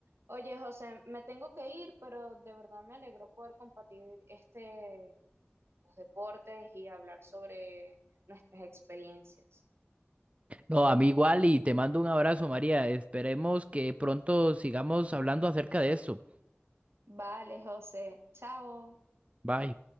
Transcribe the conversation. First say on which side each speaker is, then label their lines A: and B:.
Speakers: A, on the right; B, on the right.
A: Oye, José, me tengo que ir, pero de verdad me alegró poder compartir este, los deportes y hablar sobre nuestras experiencias.
B: No, a mí igual y te mando un abrazo, María. Esperemos que pronto sigamos hablando acerca de esto.
A: Vale, José, chao.
B: Bye.